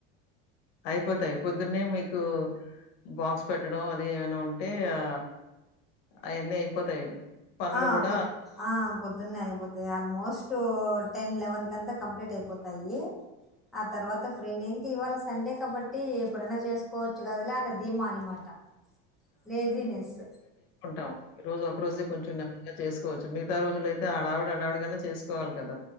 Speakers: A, on the left; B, in the centre.
A: అయిపోతయి పోద్దునే మీకు బాక్స్ పెట్టడం అది ఏమైనా ఉం అంటే ఆ ఆ అయి అన్నీ అయిపోతయి పనులు
B: ఆ
A: గుడ
B: పొద్ ఆ పొద్దున్నే అయిపోత్ ఇక ఆల్మోస్ట్ టెన్ లెవన్ కంత కంప్లీట్ అయిపోతాయి ఆ తర్వాత ఫ్రీ నెంటి ఇవాళ సండే కాబట్టి ఎప్పుడన్నా చేసుకోవచ్చు కదలే అనే ధీమ అనమాట లేజినెస్
A: టవ్ ఈ రోజు ఒక రోజే కొంచెము నెమ్మదిగా చేసుకు కోచ్చు మిగితా రోజుల అయితే ఆడవిడి హడావిడిగా నే చేసుకోవాలి గదా